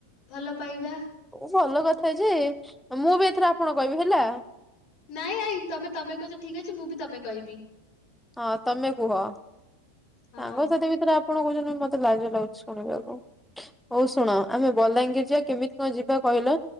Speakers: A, on the left; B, in the centre.
A: ଭଲ ପାଇବା।
B: ଭଲ କଥା ଯେ ମୁଁ ବି ଏଥର ଆପଣ କହିବି ହେଲା।
A: ନାଇଁ ନାଇଁ ତମେ ତମେ କହୁଚ ଠିକ୍ ଅଛି ମୁଁ ବି ତମେ କହିବି।
B: ହଁ ତମେ କୁହ ସାଙ୍ଗସାଥି
A: ହଁ
B: ଭିତରେ ଆ ଆପଣ କହୁଛନ୍ତି ମତେ ଲାଜ ଲାଗୁଛି ଶୁଣିବାକୁ। ହଉ ଶୁଣ ଆମେ ବଲାଙ୍ଗିର ଯିବା କେମିତି କଣ ଯିବା କହିଲ?